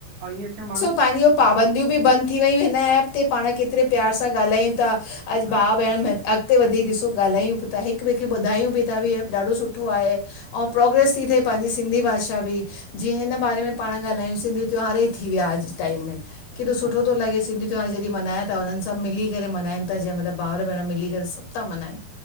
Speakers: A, on the right (about 70°); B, on the left (about 65°).
A: ऐं ईअं छा माण्हू
B: पांज्यू पाबंदियूं बि बंद थी वयूं हिन एप ते पाण केतरे प्यार सां ॻाल्हायूं ता। अॼ
A: हा
B: भा भेण अॻते वधी ॾिसो ॻाल्हायूं बि था हिक ॿिए खे ॿुधायूं बि था भ ॾाढो सुठो आहे। और
A: हा
B: प्रोग्रेस थी थिए पांजि सिंधी भाषा बि जीअं हिन
A: हा
B: बारे में। पाण ॻाल्हायूं सिंधी त्योहार ई थी विया अॼ टाइम मे केॾो सुठो
A: हा
B: थो लॻे सिंधी त्यहार जॾहिं मनाय त उन्हन सभ मिली करे मनाइन था जंहिं माएल भाउर भेण मिली करे सभ था मनाइन